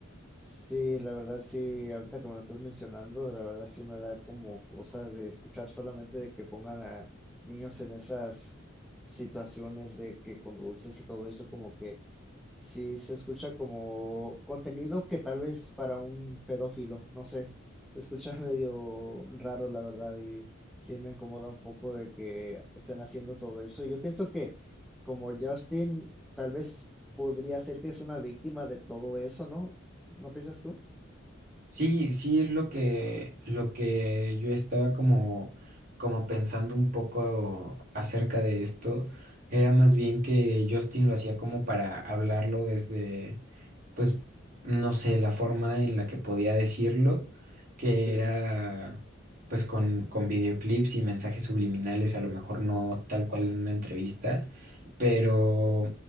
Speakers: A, in the centre; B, on the right.
A: Sí, la verdad sí, ahorita que me lo estás mencionando, la verdad sí me da como cosa de escuchar solamente de que pongan a niños en esas situaciones de que con dulces y todo eso, como que Sí, se escucha como contenido que tal vez para un pedófilo, no sé, se escucha <laughs> medio raro, la verdad, y sí me incomoda un poco de que estén haciendo todo eso. Yo pienso que como Justin, tal vez podría ser que es una víctima de todo eso, ¿no? ¿No piensas tú?
B: Sí, sí es lo que, lo que yo estaba como, como pensando un poco acerca de esto. Era más bien que Justin lo hacía como para hablarlo desde, pues, no sé, la forma en la que podía decirlo, que
A: Sí,
B: era pues con, con videoclips y mensajes subliminales, a lo mejor no tal cual en una entrevista, pero,